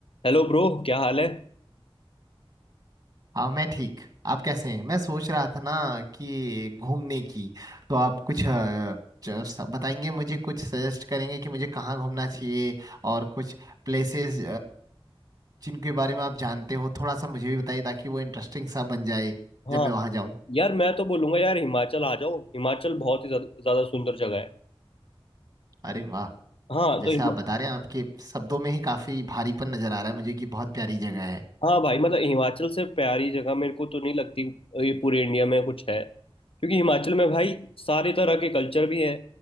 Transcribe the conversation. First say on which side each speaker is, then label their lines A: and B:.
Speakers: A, on the left; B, on the right.
A: Hello bro क्या हाल है
B: हाँ मैं ठीक आप कैसे हैं मैं सोच रहा था ना कि घूमने की तो आप कुछ अ, च- स- बताएंगे मुझे कुछ सजेस्ट करेंगे कि मुझे कहाँ घूमना चाहिए और कुछ प्लेसेस जिनके बारे में आप जानते हो थोड़ा सा मुझे भी बताइए ताकि वो इंटरेस्टिंग सा बन जाए
A: हाँ
B: जब मैं वहाँ जाऊँ
A: यार मैं तो बोलूंगा यार हिमाचल आ जाओ हिमाचल बहुत ही ज्यादा ज्यादा सुंदर जगह है
B: अरे वाह
A: हाँ
B: जैसे
A: तो हिमा-
B: आप बता रहे हैं आपके शब्दों में ही काफी भारीपन नजर आ रहा है मुझे कि बहुत प्यारी जगह है
A: हाँ भाई मतलब हिमाचल से प्यारी जगह मेरे को तो नहीं लगती ये पूरे इंडिया में कुछ है क्योंकि हिमाचल में भाई सारे तरह के कल्चर भी है